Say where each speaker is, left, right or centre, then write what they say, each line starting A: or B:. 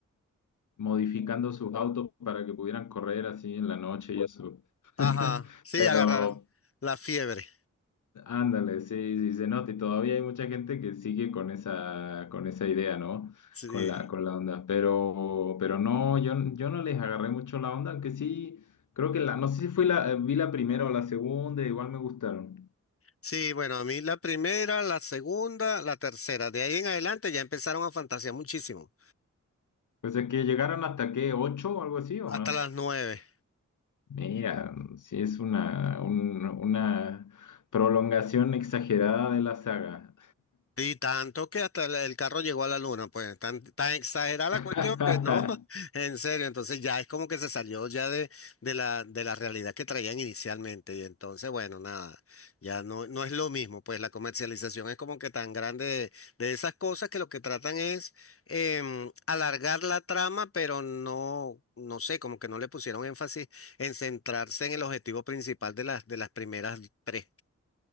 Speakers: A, on the left; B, on the left.
A: modificando sus autos para que pudieran correr así en la noche y eso. <laughs>
B: Ajá, sí,
A: Pero
B: agarraron la fiebre.
A: ándale, sí, sí se nota y todavía hay mucha gente que sigue con esa, con esa idea, ¿no?
B: Sí.
A: Con la, con la onda. Pero, pero no, yo, yo no les agarré mucho la onda, aunque sí, creo que la, no sé si fui la, eh, vi la primera o la segunda, igual me gustaron.
B: Sí, bueno, a mí la primera, la segunda, la tercera. De ahí en adelante ya empezaron a fantasear muchísimo.
A: Pues es que llegaron hasta que ocho o algo así o
B: Hasta
A: más.
B: las nueve.
A: Mira, sí es una, un- una prolongación exagerada de la saga.
B: Y tanto que hasta el el carro llegó a la luna, pues tan, tan exagerada la
A: <laughs>
B: cuestión que no, <laughs> en serio, entonces ya es como que se salió ya de, de la, de la realidad que traían inicialmente y entonces bueno, nada, ya no, no es lo mismo, pues la comercialización es como que tan grande de, de esas cosas que lo que tratan es em, alargar la trama, pero no, no sé, como que no le pusieron énfasis en centrarse en el objetivo principal de las, de las primeras tres.